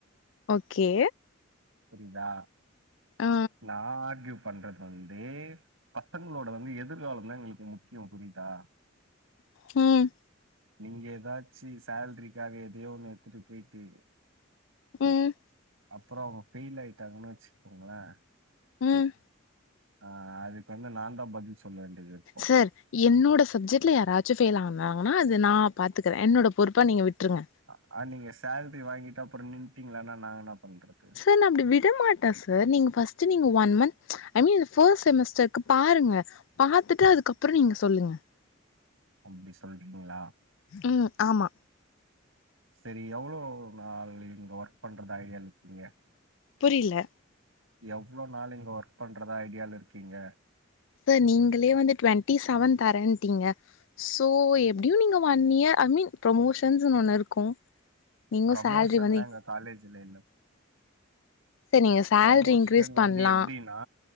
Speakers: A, on the left; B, on the right.
A: ஓகே
B: புரியுதா
A: ஆ
B: நா ஆர்க்யூ பண்றது வந்து பசங்களோட வந்து எதிர்காலந்தா எங்களுக்கு முக்கியோ புரியுதா
A: ம்
B: நீங்க ஏதாச்சு சேல்ரிக்காக எதையோ ஒன்னு எடுத்துட்டு பொயிட்டு
A: ம்
B: அப்பறோ அவுங்க ஃபெயில் ஆயிட்டாங்கன்னு வச்சுக்கோங்களே
A: ம்
B: ஆ அதுக்கு வந்து நா தா பதில் சொல்ல வேண்டியது இருக்கு
A: சார் என்னோட சப்ஜெட்ல யாராச்சு ஃபெயில் ஆனாங்கன்னா அது நா பார்த்துக்குறே என்னோட பொறுப்பா நீங்க விட்ருங்க
B: அ ஆ நீங்க சேல்ரி வாங்கிட்டு அப்பறோ நின்ட்டீங்களானா நா நாங்க என்ன பண்றது
A: சார் நா அப்டி விட மாட்டே சார் நீங்க பஸ்ட்டு நீங்க one month I mean first semester க்கு பாருங்க பாத்துட்டு அதுக்கப்பறோ நீங்க சொல்லுங்க
B: அப்டி சொல்றீங்களா
A: ம் ஆமா
B: செரி எவ்ளோ நாள் இங்க ஒர்க் பண்றதா ஐடியால இருக்கீங்க
A: புரியில
B: எவ்ளோ நாள் இங்க ஒர்க் பண்றதா ஐடியால இருக்கீங்க
A: சார் நீங்களே வந்து டுவெண்ட்டி செவன் தரேன்ட்டீங்க சோ எப்டியு நீங்க ஒன் இயர் ஐ மீன் ப்ரொமோஷன்ஸ்னு ஒன்னு இருக்கு நீங்க
B: ப்ரமோஷன்லா
A: சேல்ரி வந்து
B: எங்க காலேஜ்ல இல்ல
A: சரி நீங்க சேல்ரி
B: ப்ரமோஷன்
A: இன்க்ரீஸ்
B: வந்து
A: பண்லா
B: எப்டின்னா